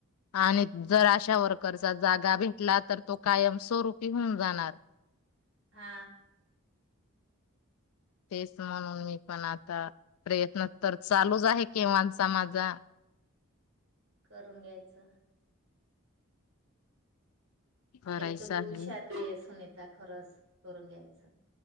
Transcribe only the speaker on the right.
हा
करून घ्यायचं
एक तर तू
हुशार सुनीता खरंच करून घ्यायच